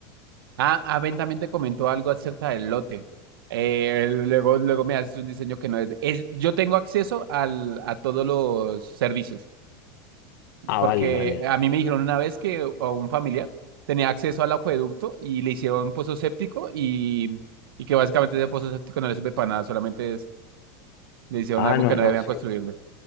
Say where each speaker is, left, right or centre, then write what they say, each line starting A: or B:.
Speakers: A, on the right; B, on the left.
A: Ah, ah, Ben también te comentó algo acerca del lote. Eh, luego, luego me haces un diseño que no es. es- yo tengo acceso al, a todos los servicios,
B: Ah,
A: porque
B: vale, vale.
A: a mí me dijeron una vez que eh, a un familiar tenía acceso al acueducto y le hicieron un pozo séptico y, y que básicamente ese pozo séptico no le sirve para nada, solamente es Le hicieron
B: Ah,
A: algo
B: no,
A: que no
B: no,
A: debían
B: sí.
A: construirle.